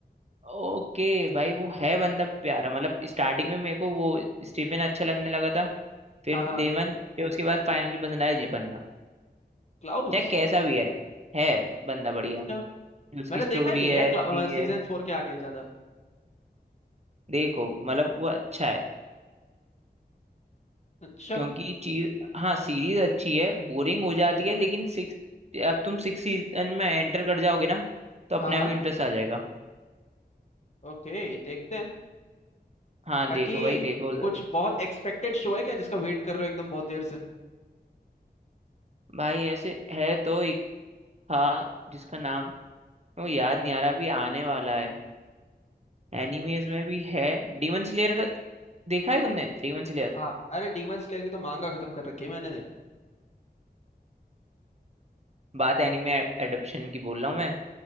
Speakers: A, on the right; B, on the left.
A: ओके भाई वो है बंदा प्यारा मतलब स्टार्टिंग में मेरे को वो स्टीफन अच्छा लगने लगा था फिर
B: हाँ हाँ
A: डेमन फिर उसके बाद फाइनली पसंद आया ये बंदा
B: क्लाउस
A: चाहे कैसा भी है है बंदा बढ़िया
B: अच्छा
A: उसकी
B: मैंने
A: स्टोरी
B: देखा नहीं है
A: है
B: यार
A: ऐसी है
B: सीजन फोर के आगे ज्यादा
A: देखो मतलब वो अच्छा है
B: अच्छा
A: क्योंकि चीज हाँ सीरीज अच्छी है बोरिंग हो
B: हम्म
A: जाती
B: हम्म,
A: है लेकिन सिक्स अब तुम सिक्स सीजन में एंटर कर जाओगे ना तो अपने
B: हाँ हाँ
A: आप ही इंटरेस्ट आ जाएगा
B: ओके देखते हैं
A: हाँ
B: बाकी
A: देखो भाई देखो जरा।
B: कुछ बहुत एक्सपेक्टेड शो है क्या जिसका वेट कर रहे हो एकदम बहुत देर से
A: भाई ऐसे है तो एक था जिसका नाम वो याद नहीं आ रहा अभी आने वाला है एनिमेज में भी है डीमन स्लेयर का देखा है तुमने डीमन स्लेयर
B: हाँ अरे डीमन स्लेयर की तो मांगा खत्म कर रखी है मैंने
A: बात एनिमे एडप्शन की बोल रहा हूँ मैं